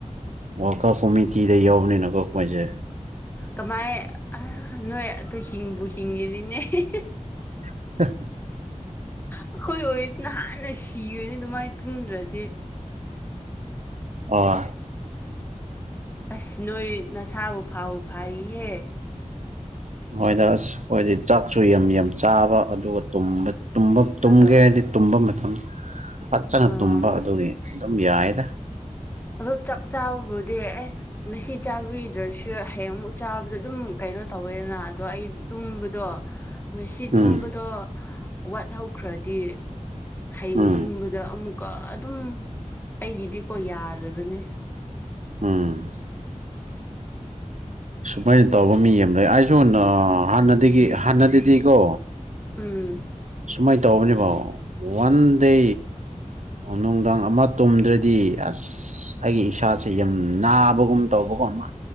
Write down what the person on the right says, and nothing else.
ꯋꯥꯀꯞ ꯀꯣꯃꯤꯇꯤꯗ ꯌꯥꯎꯕꯅꯤꯅꯀꯣ ꯑꯩꯈꯣꯏꯁꯦ
<unintelligible>
ꯑꯣ
ꯃꯣꯏꯗ ꯑꯁ ꯑꯣꯏꯗꯤ ꯆꯥꯛꯁꯨ ꯌꯥꯝ ꯌꯥꯝ ꯆꯥꯕ ꯑꯗꯨꯒ ꯇꯨꯝꯕ ꯇꯨꯝꯕꯥ ꯇꯨꯝꯒꯦ
ꯍꯥꯏꯗꯤ ꯇꯨꯝꯕ ꯃꯇꯝ ꯐꯠꯆꯅ
ꯇꯨꯝꯕ ꯑꯗꯨꯒꯤ ꯑꯗꯨꯝ ꯌꯥꯏꯗ
ꯎꯝ
ꯎꯝ
ꯎꯝ ꯁꯨꯃꯥꯏꯅ ꯇꯧꯕ ꯃꯤ ꯑꯃ ꯂꯩ ꯑꯩꯁꯨ ꯍꯥꯟꯅꯗꯒꯤ ꯍꯥꯟꯅꯗꯗꯤꯀꯣ
ꯁꯨꯃꯥꯏꯅ ꯇꯧꯕꯅꯤꯕꯣ ꯋꯥꯟꯗꯦ ꯑꯣ ꯅꯨꯡꯗꯥꯡ ꯑꯃ ꯇꯨꯝꯗ꯭ꯔꯗꯤ ꯑꯁ ꯑꯩꯒꯤ ꯏꯁꯥꯁꯦ ꯌꯥꯝ ꯅꯥꯕꯒꯨꯝ ꯇꯧꯕꯒꯨꯝ ꯑꯃ